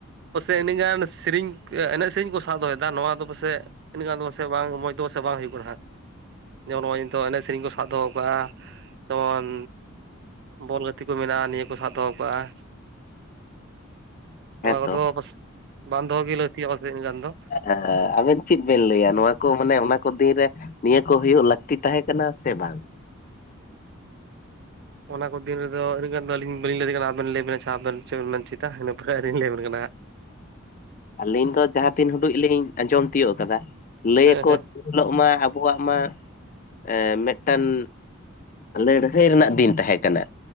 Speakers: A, on the right (about 55°); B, on the left (about 40°).
A: ᱯᱟᱥᱮᱜ ᱟᱞᱤᱧᱟᱜ ᱚᱱᱟ ᱥᱮᱨᱮᱧ ᱮᱱᱮᱡ ᱥᱮᱨᱮᱧ ᱠᱚ ᱥᱟᱵ ᱫᱚᱦᱚᱭᱮᱫᱟ ᱱᱚᱣᱟ ᱫᱚ ᱯᱟᱥᱮᱡ ᱮᱱᱟᱹᱠᱷᱟᱱ ᱫᱚ ᱯᱟᱥᱮ ᱵᱟᱝ ᱢᱚᱡᱽ ᱫᱚ ᱯᱟᱥᱮ ᱵᱟᱝ ᱦᱩᱭᱩᱜ ᱠᱟᱱᱟ ᱦᱟᱸᱜ ᱡᱮᱢᱚᱱ ᱱᱚᱜ-ᱚᱭ ᱱᱤᱛᱚᱜ ᱮᱱᱮᱡ ᱥᱮᱨᱮᱧ ᱠᱚ ᱥᱟᱵ ᱫᱚᱦᱚ ᱠᱟᱜᱼᱟ ᱡᱮᱢᱚᱱ ᱵᱚᱞ ᱜᱟᱛᱮ ᱠᱚ ᱢᱮᱱᱟᱜᱼᱟ ᱱᱤᱭᱟᱹ ᱠᱚ ᱥᱟᱵ ᱫᱚᱦᱚ ᱠᱟᱜᱼᱟ ᱱᱚᱣᱟ
B: ᱦᱮᱸᱛᱚ
A: ᱠᱚᱫᱚ ᱵᱟᱝ ᱫᱚᱦᱚ ᱜᱮ ᱞᱟᱹᱠᱛᱤᱜᱼᱟ ᱵᱟᱨᱫᱤᱱ ᱜᱟᱱ ᱫᱚ
B: ᱮᱸᱻ ᱟᱵᱮᱱ ᱪᱮᱫ ᱵᱮᱱ ᱞᱟᱹᱭᱟ ᱱᱚᱣᱟ ᱠᱚ ᱢᱟᱱᱮ ᱚᱱᱟ ᱠᱚ ᱫᱤᱱ ᱨᱮ ᱱᱤᱭᱟᱹ ᱠᱚ ᱦᱩᱭᱩᱜ ᱞᱟᱹᱠᱛᱤ ᱛᱟᱦᱮᱸ ᱠᱟᱱᱟ ᱥᱮ ᱵᱟᱝ
A: ᱚᱱᱟ ᱠᱚ ᱫᱤᱱ ᱨᱮᱫᱚ ᱟ. ᱲᱤᱜᱟᱱ ᱫᱚ ᱟᱞᱤᱧ ᱵᱟᱞᱤᱧ ᱞᱟᱹᱭᱫᱟᱲᱮ ᱠᱟᱱᱟ ᱟᱵᱮᱱ ᱞᱟᱹᱭᱵᱮᱱ ᱟᱪᱪᱷᱟ ᱟᱵᱮᱱ ᱪᱮᱫ ᱵᱮᱱ ᱢᱮᱱᱪᱚᱭᱮᱫᱟ ᱤᱱᱟᱹ ᱯᱚᱨᱮ ᱟᱹᱞᱤᱧ ᱞᱟᱹᱭ ᱟᱵᱤᱱ ᱠᱟᱱᱟ ᱦᱟᱜ
B: ᱟᱹᱞᱤᱧ ᱫᱚ ᱡᱟᱦᱟᱸ ᱛᱤᱱ ᱦᱩᱰᱩᱡ ᱞᱤᱧ ᱟᱸᱡᱚᱢ ᱛᱤᱭᱳᱜ ᱠᱟᱫᱟ ᱞᱟᱹᱭᱟᱠᱚ
A: ᱦᱮᱸ ᱦᱮᱸ
B: ᱩᱱᱦᱤᱞᱚᱜ ᱢᱟ ᱟᱵᱚᱣᱟᱜ ᱢᱟ ᱮᱻ ᱢᱤᱫᱴᱟᱝ ᱞᱟᱹᱲᱦᱟᱹᱭ ᱨᱮᱱᱟᱜ ᱫᱤᱱ ᱛᱟᱦᱮᱸ ᱠᱟᱱᱟ